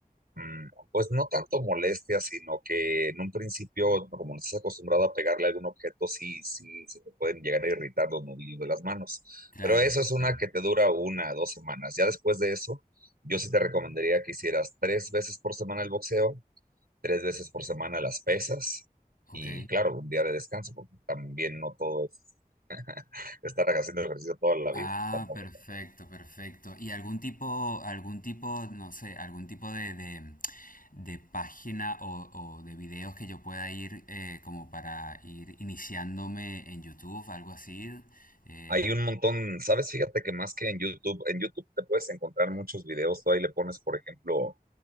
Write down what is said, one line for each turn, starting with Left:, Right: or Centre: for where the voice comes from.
Right: mm, Pues no tanto molestia, sino que en un principio, como no estás acostumbrado a pegarle a algún objeto, sí, sí, se te pueden llegar a irritar los nudillos de las manos.
Left: Claro,
Right: Pero eso es una
Left: claro.
Right: que te dura una, dos semanas. Ya después de eso, yo sí te recomendaría que hicieras tres veces por semana el boxeo, tres veces por semana las pesas
Left: Ok.
Right: y, claro, un día de descanso, porque también no todo es <laughs> estar haciendo ejercicio toda la vida,
Left: Ah,
Right: tampoco.
Left: perfecto,
Right: ¿no?
Left: perfecto. ¿Y algún tipo, algún tipo, no sé, algún tipo de, de, de página o, o de videos que yo pueda ir eh, como para ir iniciándome en YouTube, algo así? Eh,
Right: Hay un montón, ¿sabes? Fíjate que más que en YouTube, en YouTube te puedes encontrar muchos videos. Tú ahí le pones, por ejemplo,